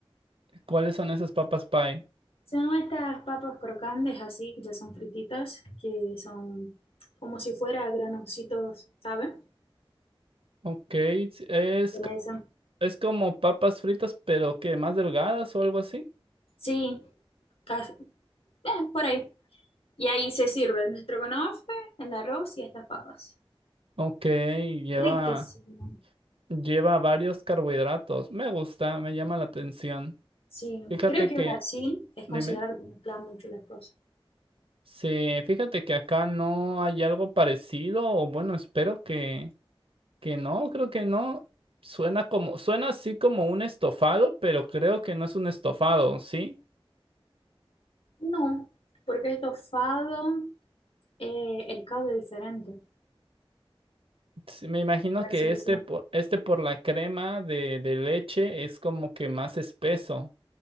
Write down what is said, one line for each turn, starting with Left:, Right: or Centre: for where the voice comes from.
Right: ¿cuáles son esas papas pie?
Left: Son estas papas crocantes así, que ya son frititas, que son como si fuera granositos, ¿sabes?
Right: Ok, es
Left: Pero eso.
Right: Es como papas fritas, pero que más delgadas o algo así.
Left: Sí, casi, eh, por ahí. Y ahí se sirve el estrogonofe, el arroz y estas papas.
Right: Ok, lleva,
Left: Riquísimo.
Right: lleva varios carbohidratos. Me gusta, me llama la atención.
Left: Sí,
Right: Fíjate
Left: creo que
Right: que,
Left: Brasil es
Right: dime,
Left: considerado como mezcla mucho las cosas.
Right: sí, fíjate que acá no hay algo parecido, o bueno, espero que, que no, creo que no. Suena como, suena así como un estofado, pero creo que no es un estofado, ¿sí?
Left: No, porque el estofado, eh, el caldo es diferente,
Right: Sí, Me imagino
Left: por así
Right: que
Left: decirlo.
Right: este por, este por la crema de, de leche es como que más espeso.